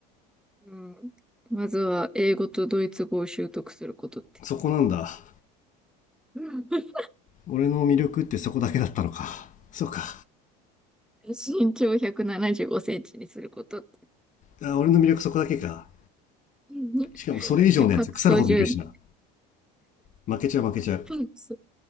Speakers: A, in the centre; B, on the left (about 40°).
A: うん。まずは英語とドイツ語を習得することって。
B: そこなんだ。
A: うん <laughs>
B: 俺の魅力ってそこだけだったのか。そうか。
A: 身長175センチにすること
B: あ俺の魅力そこだけか。
A: うん <laughs>
B: しかもそれ以上のやつ腐るほどいるしな。
A: で、パクソジュン、
B: 負けちゃう負けちゃう。
A: パクソ、